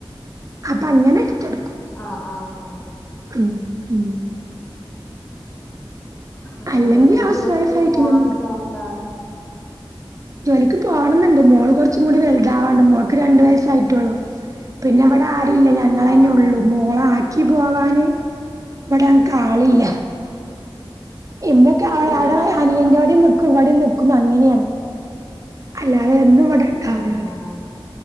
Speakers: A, on the right; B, on the left.
A: അപ്പൊ അങ്ങനെ എടുത്തടു
B: ആഹ് ആഹ് അങ്ങനെ
A: ഉം ഉം
B: ഉം
A: അല്ലെങ്കി
B: അല്ല ഇനി
A: ഹൗസ്
B: ജോലിക്ക്
A: വൈഫ് ആയിട്ട്
B: പോവാൻ
A: ഇങ്ങനെ വിടും
B: പ്ലാൻണ്ടാ
A: ജോലിക്ക് പോവണംന്ന്ണ്ട് മോള് കാെറച്ചുകൂടി വെൽതാവാണ്ട് മോൾക്ക് രണ്ട് വയസ്സായിട്ടൊള്ളു പിന്നെ ഇവിടെ ആരുല്ല ഞങ്ങളന്നെ
B: ആഹ്
A: ഒള്ളു
B: ആഹ്
A: മോളെ ആക്കി പോവാന് ഇവടെ അൻക്കാളില്ല ഇമ്മക്കെ <unintelligible>
B: ശരി
A: അനിയൻൻ്റോടേം നിക്കും ഇവിടേം നിക്കും അങ്ങനെയാണ് അല്ലാതേ എന്നും ഇവിടെ ഉണ്ടാവലോല്ലേ
B: ആഹ് ആഹ്